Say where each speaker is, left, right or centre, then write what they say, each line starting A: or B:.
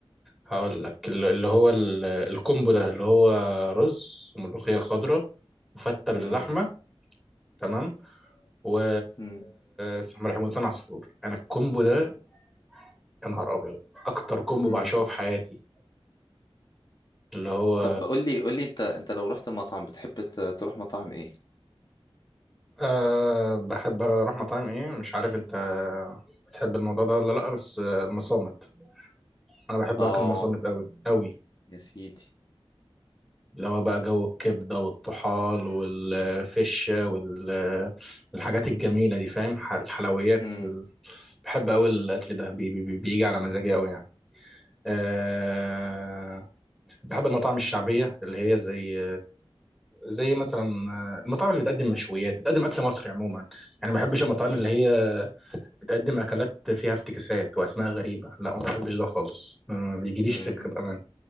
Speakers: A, in the centre; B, on the left (about 45°).
A: هقول لك ال- اللي هو ال- الكومبو ده اللي هو رز وملوخيه خضراء وفته باللحمه
B: مم.
A: تمام و
B: مم.
A: اسمه رحمة حسين عصفور انا الكومبو ده يا نهار ابيض اكتر كومبو
B: مم.
A: بعشقه في حياتي اللي هو
B: طب قول لي قول لي انت انت لو رحت مطعم بتحب ت- تروح مطاعم ايه
A: أه بحب اروح مطاعم ايه مش عارف انت بتحب الموضوع ده ولا لا بس آه، المصامت انا بحب
B: اه
A: اكل المصامت قوي قوي
B: يا سيدي
A: اللي هو بقى جو الكبده والطحال والفشه وال- والحاجات الجميله دي فاهم ح- الحلويات
B: امم
A: ال- بحب قوي الاكل ده بي بي بي- بيجي على مزاجي قوي يعني أه بحب المطاعم الشعبيه اللي هي زي زي مثلا آه، المطاعم اللي بتقدم مشويات بتقدم اكل مصري عموما يعني ما بحبش المطاعم
B: امم
A: اللي هي بتقدم اكلات فيها افتكاسات واسماء غريبه لا ما بحبش ده خالص ما بيجيليش
B: امم
A: سكه بامان